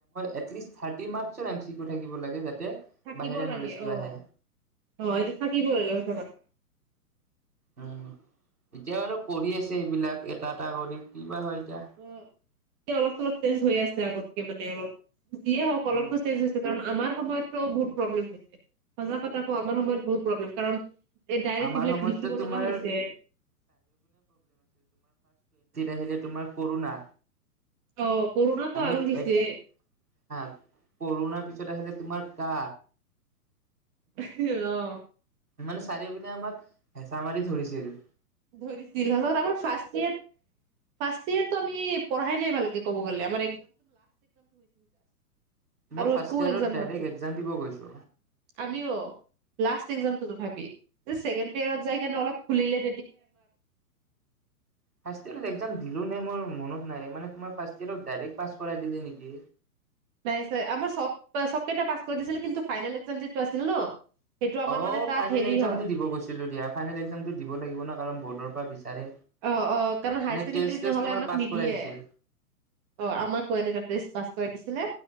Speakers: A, on the right; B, on the right.
A: হয়িষ্ট থাৰ্টি ম্ থিব লাগে যাতে
B: থাকিব
A: বাহিৰা
B: লাগে
A: নলেজটো
B: অ
A: আহে
B: অ এইটো থাকিব লাগে সচ কথা
A: উম এতিয়া বাৰু কৰি আছে এইবিলাক এটা এটা কৰি ক বাা হয় এতিয়া।
B: অ', অলপ চলপ চেঞ্জ হৈ আছে আগতকে মানে অলপ যিয়ে হওক অলপতো
A: উম
B: চেঞ্জ হৈছে কাৰণ আমাৰ সময়ত। বহুত প্ৰব্লেম হৈছে সজাগ কতাকো আমাৰ সময়ত বহুত প্ৰব্লেম কাৰণ এ ডাইৰেক্ট সেইবিলাক
A: মাৰ সময়
B: লিখিব লগা হৈছে
A: আহিলে তোমাৰ কৰোণা
B: অ', কৰোণাতো
A: আমি
B: আৰু দিছে
A: এক হা কৰো। তোমাৰ ক
B: আহ!
A: মানে চাৰিও পিনে আমাক হেঁচা মাৰি ধৰিছিলো।
B: ধৰিছিল আমাৰ ফাৰ্ষয় ফাৰ্ষ ইয়টো আমি পঢ়াই লব লাগে। ক'ব গ'লে আম
A: মই
B: আৰু
A: ফাৰ্ষ্ট
B: একো
A: ইয়েৰত
B: এ কাম
A: ডাইৰেক্ট
B: হোৱা নাছিল
A: এক্জাম দিব গৈছো
B: আমিও লাষ্ট এ কাম ি অলপ খিলে
A: ফাৰ্ষয় এক্জাম দিলো নাই মই, মনত নাই মানে তোমাৰ ফাৰ্ষ ইয়ক ডাইৰেক্ট পাছ কৰাইিলে নেকি,
B: নাই ছাৰ আমাৰ চব চব কেই পাছ কৰিছিল কিন্তু ফাইনেল এক্াম যিটো আছিল ন সেইটো আমাৰ
A: অ
B: মানে তাত
A: ফাইনেল
B: হেৰি
A: এক্জাম
B: হয়
A: টো দিব গৈছিলো দিয়া ফাইনেল এক্জাম টো দিব লাগিব ন কাৰণ বৰ্ডৰ পৰা বিচাৰে
B: অ অ কাৰণ হায়াৰ
A: এনে
B: ছেকেণ্ডৰী
A: টেষ্ট চেষ্ট
B: নহলে
A: তোমাৰ
B: আমাক
A: পাছ
B: নিদিয়ে।
A: কৰাই দিছিল
B: অ আমাকো এনে পাছ কৰা দিছিলে